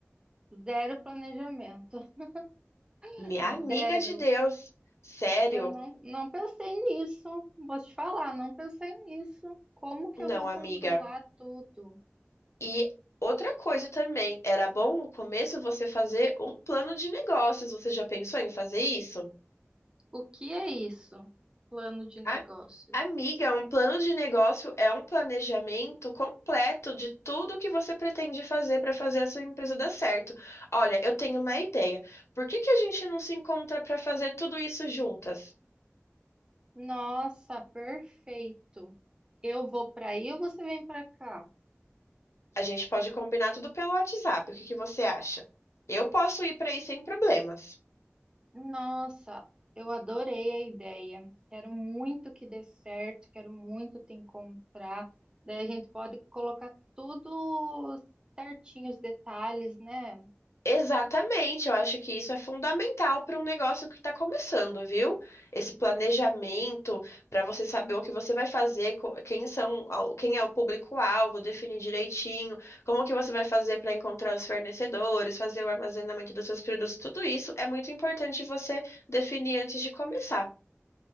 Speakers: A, on the right (about 20°); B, on the left (about 80°).
A: Zero planejamento. <laughs>
B: Minha amiga
A: Zero.
B: de Deus, sério?
A: Eu não, não pensei nisso. Vou te falar, não pensei nisso. Como que
B: Não,
A: eu vou
B: amiga.
A: controlar tudo?
B: E outra coisa também, era bom no começo você fazer um plano de negócios. Você já pensou em fazer isso?
A: O que é isso? Plano de negócios.
B: A- Amiga, um plano de negócio é um planejamento completo de tudo que você pretende fazer para fazer a sua empresa dar certo. Olha, eu tenho uma ideia. Por que que a gente não se encontra para fazer tudo isso juntas?
A: Nossa, perfeito. Eu vou para aí ou você vem para cá?
B: A gente pode combinar tudo pelo WhatsApp. O que que você acha? Eu posso ir para aí sem problemas.
A: Nossa, eu adorei a ideia. Quero muito que dê certo, quero muito te encontrar. Daí a gente pode colocar tudo certinho, os detalhes, né?
B: Exatamente, eu acho que isso é fundamental para um negócio que está começando, viu? Esse planejamento para você saber o que você vai fazer, co- quem são, al- quem é o público-alvo, definir direitinho, como que você vai fazer para encontrar os fornecedores, fazer o armazenamento dos seus produtos, tudo isso é muito importante você definir antes de começar.